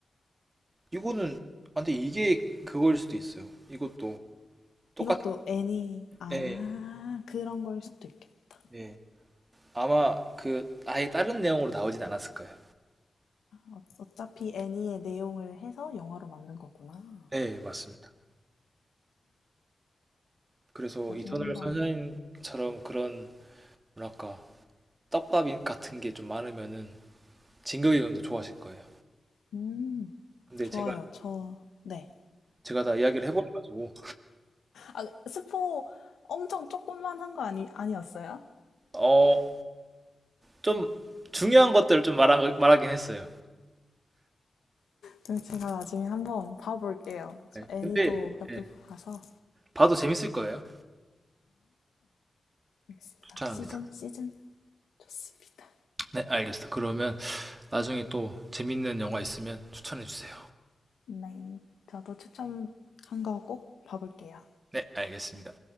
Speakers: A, on the right; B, on the left.
A: 이거는 아, 근데 이게 그거일 수도 있어요. 이것도 똑같
B: 이것도 애니 아,
A: 예.
B: 그런 걸 수도 있겠다.
A: 예. 아마 그 아예 다른 내용으로 나오진 않았을 거예요.
B: 어, 어차피 애니의 내용을 해서 영화로 만든 거구나.
A: 네 맞습니다. 그래서
B: 나중에
A: 이터널
B: 한번
A: 선샤인처럼 그런 뭐랄까 떡밥 같은 게 좀 많으면은 진격의 의원도 좋아하실 거예요.
B: 음.
A: 근데
B: 좋아요.
A: 제가
B: 저 네.
A: 제가 다 이야기를 해버려가지고
B: 아, 스포 엄청 조금만 한 거 아니 아니었어요?
A: 어 좀 중요한 것들을 좀 말한, 말하긴 했어요.
B: 네, 제가 나중에 한번 봐볼게요. 저
A: 네.
B: 애니도
A: 근데
B: 몇
A: 네.
B: 개 봐서
A: 봐도 재밌을 거예요.
B: 알겠습니다.
A: 추천합니다.
B: 시즌 시즌 좋습니다.
A: 네, 알겠습니다. 그러면 나중에 또 재밌는 영화 있으면 추천해 주세요.
B: 네, 저도 추천한 거 꼭 봐볼게요.
A: 네, 알겠습니다.